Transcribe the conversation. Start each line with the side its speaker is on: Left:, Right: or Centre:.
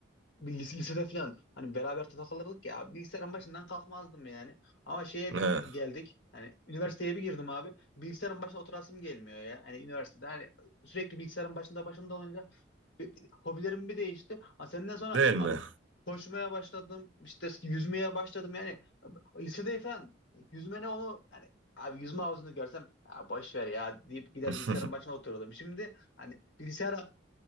Left: Lis- lisede falan hani beraber takılırdık ya bilgisayarın başından kalkmazdım yani. Ama şeye
Right: Hı.
Left: bir geldik. Hani üniversiteye bir girdim abi. Bilgisayarın başına oturasım gelmiyor ya. Hani üniversitede hani sürekli bilgisayarın başında başında olunca bir- bir- hobilerim bir değişti. Ha, senden sonra
Right: Değil mi?
Left: abi koşmaya başladım. işte yüzmeye başladım yani. Lisede falan yüzme ne onu hani abi yüzme havuzunu görsem ya boş ver ya deyip gider
Right: <laughs>
Left: bilgisayarın başına otururdum. Şimdi hani bilgisayara